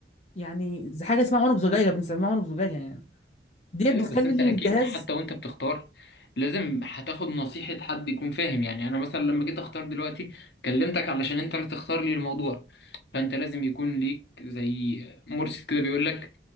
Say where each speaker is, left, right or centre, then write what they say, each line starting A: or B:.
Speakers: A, on the left; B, on the left.
A: يعني زي حاجة اسمها عنق زجاجة بنسميها عنق زجاجة يعني ديت
B: ايوه
A: بتخلي
B: بس انت اكيد
A: الجهاز
B: حتى وانت بتختار لازم هتاخد نصيحة حد يكون فاهم يعني انا مثلا لما جيت اختار دلوقتي كلمتك علشان انت اللي تختار لي الموضوع فانت لازم يكون ليك زي مرشد كده بيقول لك